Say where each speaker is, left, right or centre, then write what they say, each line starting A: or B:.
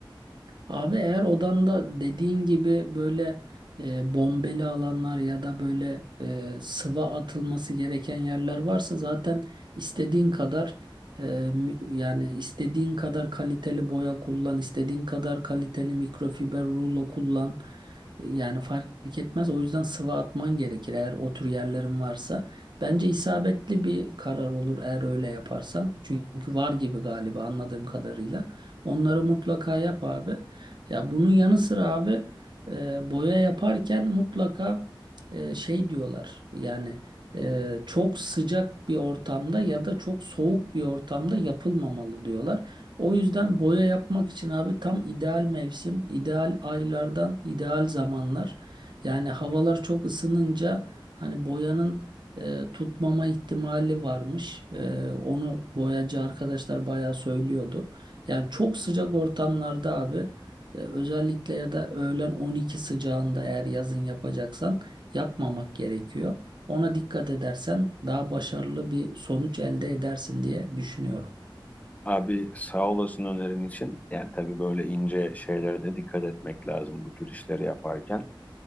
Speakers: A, on the right; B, on the left.
A: Abi eğer odanda dediğin gibi böyle e, bombeli alanlar ya da böyle e, sıva atılması gereken yerler varsa zaten istediğin kadar e, mi- yani istediğin kadar kaliteli boya kullan, istediğin kadar kaliteli mikrofiber rulo kullan. Yani fark etmez. O yüzden sıva atman gerekir eğer o tür yerlerin varsa. Bence isabetli bir karar olur eğer öyle yaparsan. Çünkü var gibi galiba anladığım kadarıyla. Onları mutlaka yap abi. Ya bunun yanı sıra abi e, boya yaparken mutlaka e, şey diyorlar yani e, çok sıcak bir ortamda ya da çok soğuk bir ortamda yapılmamalı diyorlar. O yüzden boya yapmak için abi tam ideal mevsim, ideal aylardan ideal zamanlar. Yani havalar çok ısınınca hani boyanın e, tutmama ihtimali varmış. E, onu boyacı arkadaşlar bayağı söylüyordu. Yani çok sıcak ortamlarda abi. E, özellikle ya da öğlen 12 sıcağında eğer yazın yapacaksan yapmamak gerekiyor. Ona dikkat edersen daha başarılı bir sonuç elde edersin diye düşünüyorum.
B: Abi sağ olasın önerin için. Yani tabii böyle ince şeylere de dikkat etmek lazım bu tür işleri yaparken.